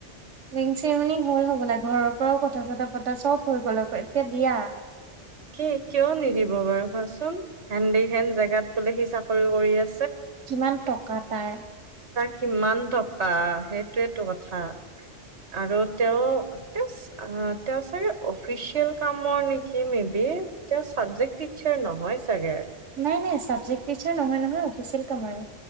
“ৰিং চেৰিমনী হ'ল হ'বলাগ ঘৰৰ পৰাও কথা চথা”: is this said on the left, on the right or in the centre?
Right